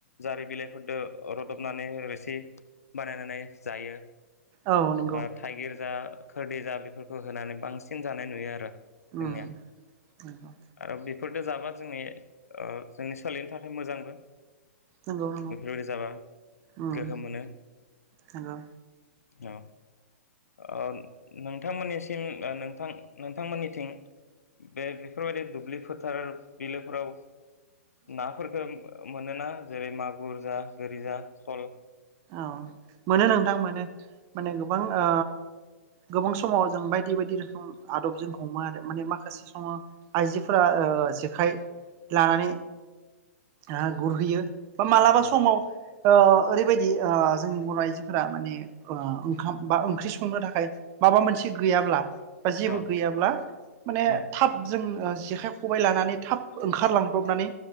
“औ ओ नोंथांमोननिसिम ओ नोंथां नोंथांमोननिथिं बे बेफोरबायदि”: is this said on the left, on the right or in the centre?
Left